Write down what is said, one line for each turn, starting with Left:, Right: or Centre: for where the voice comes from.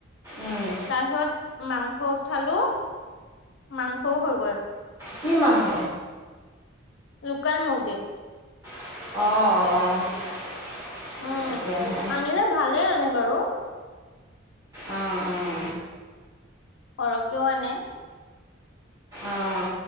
Right: উম,
Left: তাৰহত মাংস উঠালো মাংসও হৈ গৈ
Right: কি মাংস
Left: লুকাল মগে
Right: অঁ অঁ
Left: উম
Right: তাকেহে
Left: আনিলে ভালে আনে বাৰু
Right: অঁ অঁ
Left: সৰকেও আনে
Right: আহ